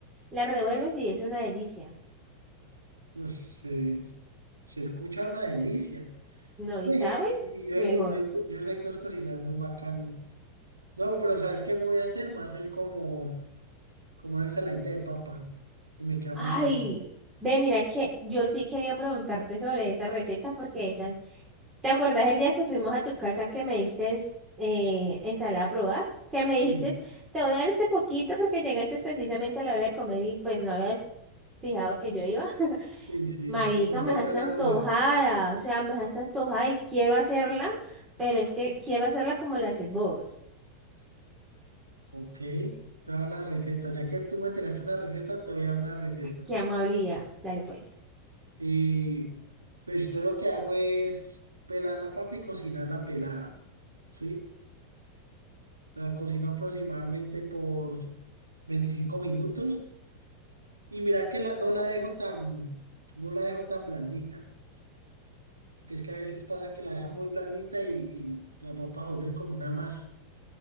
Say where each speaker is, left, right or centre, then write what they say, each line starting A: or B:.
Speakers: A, on the right (about 20°); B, on the right (about 80°).
A: Las revuelves y es una delicia.
B: pues, eh, se escucha una delicia.
A: No, ¿y
B: Uy,
A: saben?
B: y y
A: Mejor.
B: hay- hay- hay yo sé que os cocinas muy bacano. No, pero ¿sabes qué me voy a hacer? Me voy a hacer como, como una ensaladita de papa. que me queda
A: Ay,
B: muy bueno.
A: ve, mira que yo sí quería preguntarte sobre esa receta porque esa ¿Te acordás el día que fuimos a tu casa que me diste eh, ensalada a probar? Que me dijiste,
B: Sí,
A: te voy a dar este poquito porque llegaste precisamente a la hora de comer y pues no habías fijado que yo iba. <laughs>
B: sí, sí.
A: Marica,
B: Y Ya sea
A: me dejaste
B: mala
A: antojada,
B: hora.
A: o sea, me dejaste antojada y quiero hacerla, pero es que quiero hacerla como la haces vos.
B: Ok, te voy a dar la receta. Ya que tú me tiraste una receta, te voy a dar una receta.
A: Qué amabilidad. Dale pues.
B: Y pues yo lo que hago es pelar la papa y cocinarla pelada, ¿sí? La cocino aproximadamente por 25 minutos y mira que la, no la dejo tan, no la dejo tan blandita, que es que a veces pasa que la dejan muy blandita y, y la papa vuelve como una masa.